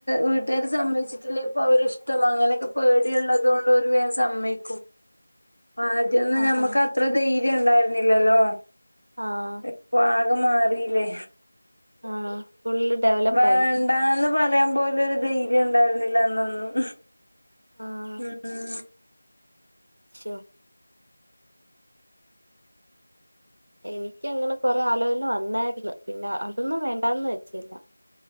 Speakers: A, on the left (about 80°); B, on the right (about 60°).
A: വീട്ടുകാര് സമ്മദിച്ചിട്ടില്ലേ ഇപ്പൊ അവരിഷ്ട്ടമാ അങ്ങനെയൊക്കെ പേടിയുള്ളത് കൊണ്ട് അവര് വേഗം സമ്മയ് ക്കും ആദ്യ ഒന്നും
B: ആഹാ
A: നമ്മുക്ക് അത്ര ധൈര്യം ഉണ്ടായിരുന്നില്ലല്ലോ
B: ആഹ്
A: ഇപ്പോ ആകെ മാറില്ലേ
B: ആഹ് ഫുള്ള് ഡെവലപ്പായി
A: വേണ്ടാന്ന് പറയാൻ പോലും ഒരു ധൈര്യം ഉണ്ടായിരുന്നില്ല അന്നൊന്നും
B: ആഹ്
A: ഉം
B: ശോ എനിക്ക് അങ്ങനെ കൊറേ ആലോചന വന്നായിരുന്ന് പിന്നെ അതൊന്നും വേണ്ടാന്ന് വെച്ചില്ല